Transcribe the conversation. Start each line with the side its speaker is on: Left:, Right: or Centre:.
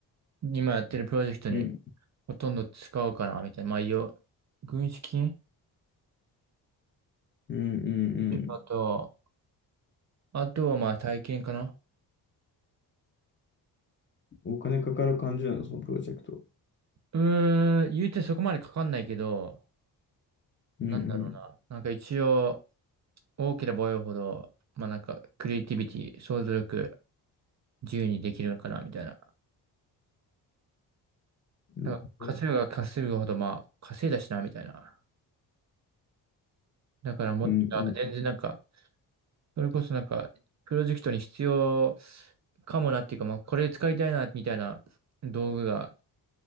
Right: 今やってるプロジェクトに
Left: うん、
Right: ほとんど使うかな、みたいな。まあ、よ、軍資金
Left: うん、うん、うん。
Right: あと、あとはまあ体験かな。
Left: お金かかる感じなの、そのプロジェクト。
Right: うーん、言うてそこまでかかんないけど、
Left: うん、
Right: なんだろうな。
Left: うん。
Right: なんか一応、大きなボイいほど、まあなんか、クリエイティビティ、想像力、自由にできるのかな、みたいな。
Left: なるほど
Right: なんか稼ぐが稼ぐほど、まあ、稼いだしな、みたいな。だからもっと、
Left: うん、
Right: 全然なんか、
Left: うん。
Right: それこそなんか、プロジェクトに必要かもなっていうか、まあ、これ使いたいな、みたいな道具が